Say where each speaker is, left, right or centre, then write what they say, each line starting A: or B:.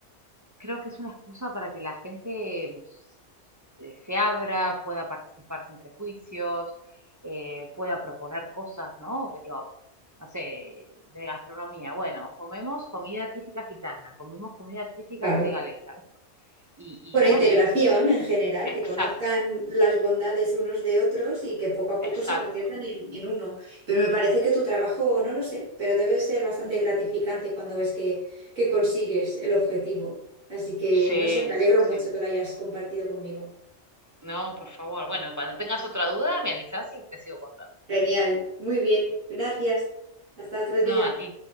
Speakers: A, on the right (about 25°); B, on the right (about 85°).
A: creo que es una excusa para que la gente eh, se abra, pueda participar sin prejuicios, eh, pueda proponer cosas, ¿no? Digo, no sé, de gastronomía. Bueno, comemos comida típica gitana, comemos comida típica
B: claro.
A: senegalesa. Y,
B: Bueno,
A: y bueno,
B: integración
A: y, te-
B: en general,
A: Exacto,
B: que conozcan las bondades unos de otros y que poco a poco
A: exacto.
B: se conviertan en, en uno. Pero me parece que tu trabajo, no lo sé, pero debe ser bastante gratificante cuando ves que, que consigues el objetivo. Así que,
A: Sí,
B: no sé, me alegro
A: sí, sí.
B: mucho que lo hayas compartido conmigo.
A: No, por favor. Bueno, cuando tengas otra duda, me avisas y te sigo contando.
B: Genial, muy bien, gracias. Hasta otro día.
A: No, a ti.